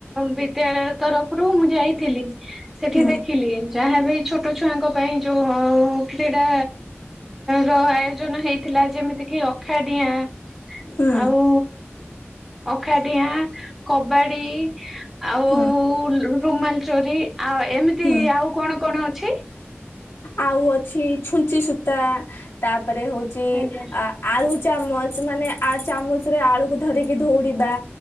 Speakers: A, in the centre; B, on the left (about 75°).
A: ବିଦ୍ୟାଳୟ ତରଫରୁ ମୁଁ ଯାଇଥିଲି ସେଠି
B: ହୁଁ
A: ଦେଖିଲି ଯାହାବି ଛୋଟ ଛୁଆଙ୍କ ପାଇଁ ଯୋଉ କ୍ରୀଡ଼ା ର ଆୟୋଜନ ହେଇ ଥିଲା ଯେମିତି କିି ଅଖାଡିଆଁ
B: ହୁଁ
A: ଆଉ ଅଖାଡିଆଁ କବାଡ଼ି ଆଉ
B: ହୁଁ
A: ଲୁ ରୁମାଲ ଚୋରି ଆଉ ଏମିତି
B: ହୁଁ
A: ଆଉ କଣ କଣ ଅଛି?
B: ଆଉ ଅଛି ଛୁଞ୍ଚି ସୂତା ତାପରେ ହଉଚି
A: ଆଜ୍ଞା
B: ଆଳୁ ଚାମଚ ମାନେ ଆ ଚାମଚ ରେ ଆଳୁକୁ ଧରିକି ଧଉଡ଼ିବା